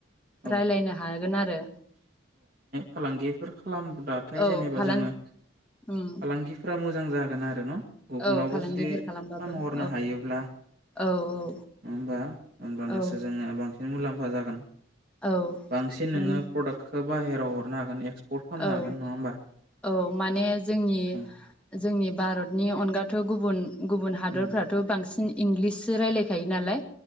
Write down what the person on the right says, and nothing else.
औ
फालांगिफोर खालामब्लाथाय
जेनेबा
जोङो फालांगिफोरा
मोजां जागोन आरो न गुबुनावबो
जुदि
फानहरनो
हायोब्ला
नङा होमबा होमब्लानोसो
जोङो बां सिन मुलाम्फा जागोन
बांसिन
नोङो प्रडाक्ट खौ बाहेराव हरनो हागोन एक्स पर्ट खालामनो
हागोन नङा होमबा
उम
उम